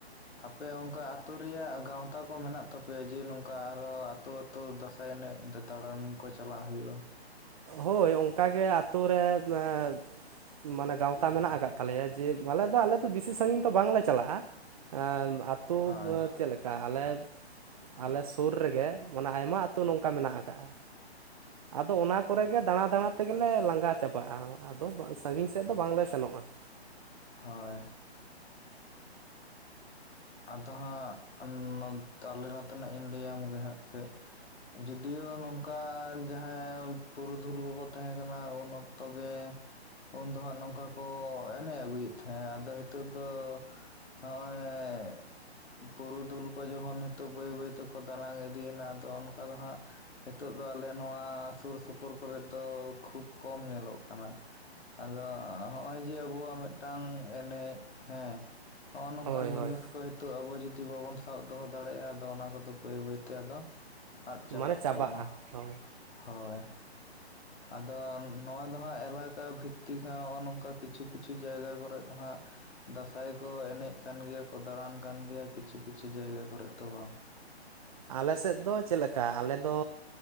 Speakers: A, on the left; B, on the right.
A: ᱦᱟᱯᱮ ᱚᱸᱠᱟ ᱟᱹᱛᱩ ᱨᱮᱭᱟᱜ ᱜᱟᱶᱛᱟ ᱠᱚ ᱢᱮᱱᱟᱜ ᱛᱟᱯᱮᱭᱟ ᱡᱮ ᱱᱚᱝᱠᱟ ᱟᱨᱦᱚ ᱟᱹᱛᱩ ᱟᱹᱛ- ᱛᱩ ᱫᱟᱸᱟᱭ ᱮᱱᱮᱡ ᱫᱟ ᱫᱟᱬᱟᱱ ᱠᱚ ᱪᱟᱞᱟᱜ ᱦᱩᱭᱩᱜᱼᱟ ᱾
B: ᱦᱳᱭ ᱚᱸᱠᱟ ᱜᱮ ᱟᱹᱛᱩ ᱨᱮᱱ ᱮᱸ ᱢᱟᱱᱮ ᱜᱟᱶᱛᱟ ᱢᱮᱱᱟᱜ ᱟᱠᱟᱫ ᱛᱟᱞᱮᱭᱟ ᱡᱮ ᱢᱟ ᱟᱞᱮ ᱫᱚ ᱟᱞᱮ ᱫᱚ ᱵᱮᱥᱤ ᱥᱟᱺᱜᱤᱧ ᱫᱚ ᱵᱟᱝ ᱞᱮ ᱪᱟᱞᱟᱜᱼᱟ ᱾ ᱟᱸᱢ ᱟᱯ ᱛᱩᱵᱽ
A: ᱦᱳᱭ
B: ᱪᱮᱫ ᱞᱮᱠᱟ ᱟᱞᱮ ᱟᱞᱮ ᱥᱩᱨ ᱨᱮᱜᱮ ᱢᱟᱱᱮ ᱟᱭᱢᱟ ᱟᱹᱛᱩ ᱱᱚᱝ- ᱠᱟ ᱢᱮᱱᱟᱜ ᱟᱠᱟᱜᱼᱟ, ᱟᱫᱚ ᱚᱱᱟ ᱠᱚᱨᱮ ᱜᱮ ᱫᱟᱬᱟ ᱫᱟᱬᱟ ᱛᱮᱜᱮ ᱞᱮ ᱞᱟᱸᱜᱟ ᱪᱟᱵᱟᱜᱼᱟ ᱟᱫᱚ ᱵᱟ ᱥᱟᱺᱜᱤᱧ ᱥᱮᱫ ᱫᱚ ᱵᱟᱝ ᱞᱮ ᱥᱮᱱᱚᱜᱼᱟ ᱾
A: ᱦᱳᱭ᱾ ᱟᱫᱚ ᱦᱟᱸᱜ ᱱᱚᱻᱛ ᱟᱞᱮ ᱱᱚᱛᱮ ᱱᱟᱜ ᱤᱧ ᱞᱟᱹᱭ ᱟᱢ ᱜᱮ ᱦᱟᱸᱜ ᱠᱟᱹᱡ, ᱡᱚᱫᱤᱭᱳ ᱱᱚᱝᱠᱟ ᱡᱟᱦᱟᱸᱭ ᱯᱩᱨᱩᱫᱷᱩᱞ ᱠᱚᱠᱚ ᱛᱟᱦᱮᱸ ᱠᱟᱱᱟ ᱩᱱ ᱚᱠᱛᱚ ᱜᱮ ᱩᱱ ᱫᱚ ᱦᱟᱸᱜ ᱱᱚᱝᱠᱟ ᱠᱚ ᱮᱱᱮᱜ ᱟᱹᱜᱩᱭᱮᱫ ᱛᱟᱦᱮᱸᱼᱟ, ᱟᱫᱚ ᱦᱤᱛᱚᱜ ᱫᱚ ᱦᱚᱸᱜᱼᱚᱭ ᱯᱩᱨᱩᱫᱷᱩᱞ ᱠᱚ ᱡᱚᱠᱷᱚᱱ ᱱᱤᱛᱚᱜ ᱵᱟᱹᱭ- ᱵᱟᱹᱭ ᱛᱮᱠᱚ ᱫᱟᱱᱟᱝ ᱤᱫᱤᱭᱮᱱᱟ, ᱟᱫᱚ ᱚᱱᱠᱟ ᱫᱚ ᱦᱟᱸᱜ ᱦᱮᱛᱚᱜ ᱫᱚ ᱟᱞᱮ ᱱᱚᱣᱟ ᱥᱩᱨ ᱥᱩᱯᱩᱨ ᱠᱚᱨᱮ ᱫᱚ ᱠᱷᱩᱵ ᱠᱚᱢ ᱧᱮᱞᱚᱜ ᱠᱟᱱᱟ᱾ ᱟᱫᱚ ᱚᱸ ᱦᱚᱸᱜᱼᱚᱭ ᱡᱮ ᱟᱵᱚᱣᱟᱜ ᱢᱮᱫᱴᱟᱝ ᱮᱱᱮᱡ ᱦᱮᱸ, ᱦᱚᱸᱜᱼᱚ ᱱᱚᱝᱠᱟᱱ
B: ᱦᱳᱭ
A: ᱡᱤᱱᱤᱥ
B: ᱦᱳᱭ
A: ᱠᱚ ᱦᱤᱛᱚᱜ ᱟᱵᱚ ᱡᱩᱫᱤ ᱵᱟᱵᱚᱱ ᱥᱟᱵ ᱫᱚᱦᱚ ᱫᱟᱲᱮᱭᱟᱜᱼᱟ, ᱟᱫᱚ ᱚᱱᱟ ᱠᱚᱫᱚ ᱵᱟᱹᱭ ᱵᱟᱹᱭ ᱛᱮ ᱟᱫᱚ ᱟᱫ ᱪᱟᱵᱟᱜ
B: ᱢᱟᱱᱮ ᱪᱟᱵᱟᱜᱼᱟ
A: ᱛᱟᱵᱚᱱᱟ
B: ᱦᱳᱭ
A: ᱦᱳᱭ ᱾ ᱟᱫᱚ ᱱᱚᱣᱟ ᱫᱚ ᱦᱟᱸᱜ ᱮᱞᱟᱠᱟ ᱵᱷᱤᱛᱼᱛᱤ ᱠᱚᱦᱚᱸ ᱱᱚᱜᱼᱚ ᱱᱚᱝᱠᱟ ᱠᱤᱪᱷᱩ ᱠᱤᱪᱷᱩ ᱡᱟᱭᱜᱟ ᱠᱚᱨᱮᱫ ᱫᱚ ᱦᱟᱸᱜ, ᱫᱟᱸᱥᱟᱭ ᱠᱚ ᱮᱱᱮᱡ ᱠᱟᱱ ᱜᱮᱭᱟ ᱠᱚ ᱫᱟᱬᱟᱱ ᱠᱟᱱ ᱜᱮᱭᱟ ᱠᱤᱪᱷᱩ-ᱠᱤᱪᱷᱩ ᱡᱟᱭᱜᱟ ᱠᱚᱨᱮᱫ ᱫᱚ ᱵᱟᱝ ᱾
B: ᱟᱞᱮ ᱥᱮᱫ ᱫᱚ ᱪᱮᱫ ᱞᱮᱠᱟ ᱟᱞᱮ ᱫᱚ